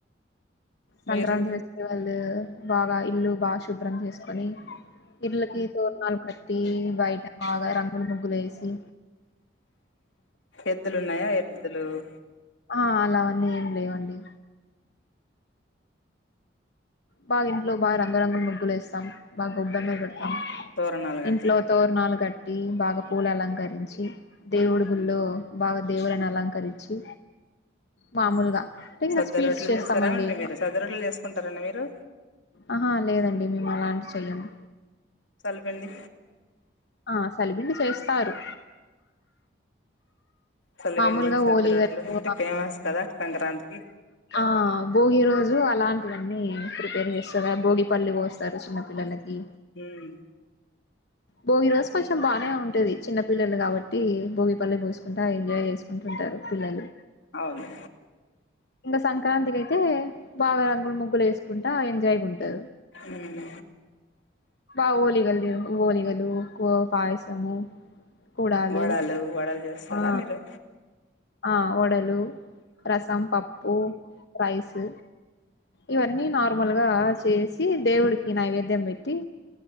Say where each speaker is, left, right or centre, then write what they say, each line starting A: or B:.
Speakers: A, on the left (about 60°); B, on the left (about 75°).
A: సంక్రాంతి
B: మీరు
A: ఫెస్టివల్ బాగా ఇల్లు బా శుభ్రం చేసుకొని ఇళ్ళకి తోరణాలు కట్టి బయట బాగా రంగులు ముగ్గులు వేసి
B: ఎద్దులు ఉన్నాయా ఎద్దులు
A: ఆ అలావన్నీ ఏం లేవండి బా ఇంట్లో బాగా రంగరంగులు ముగ్గులు వేస్తాం బాగా గొబ్బెమ్మలు పెడతాం
B: తోరణాలు కట్టి
A: ఇంట్లో తోరణాలు కట్టి బాగా పూలలంకరించి దేవుడుగుళ్ళో బాగా దేవులను అలంకరించి మామూలుగా అంటే ఇంకా
B: సద్ద
A: స్పీడ్స్
B: రోట్లు
A: చేస్తామండి
B: చేస్తారామండి మీరు సద్ద రోట్లు చేసుకుంటారండి మీరు
A: ఆహా లేదండి మేము అలాంటి చెయ్యము
B: చల పిండి
A: ఆ సలిబిండి చేస్తారు
B: చలిపిండి
A: మామూలుగా
B: సద్ద
A: హోలీగలు
B: రొట్లు అంటే ఫేమస్ కదా సంక్రాంతికి
A: ఆ భోగి రోజు అలాంటివన్నీ ప్రిపేర్ చేస్తారా భోగిపళ్లు పోస్తార చిన్న పిల్లలకి
B: హ్మ్
A: భోగి రోజు కొంచెం బాగానే ఉంటది చిన్న పిల్లలు కాబట్టి భోగిపల్లి పోోసుకుంటా ఎంజాయ్ చేసుకు అంటుంటారు పిల్లలు
B: అవును
A: ఇంకా సంక్రాంతికి అయితే బాగా రంగులు ముగ్గులు వేసుకు కుంట ఎంజాయ్ ఉంటా
B: ఉమ్
A: బా ఓలి ది బోలిగ డు పాయసము కూడాలు
B: వడలు వడలు చేస్తారా
A: ఆ
B: మీరు
A: ఆ వడలు రసం పప్పు రైస్ ఇవన్నీ నార్మ లుగా చేసి దేవుడికి నైవేద్యం పె టి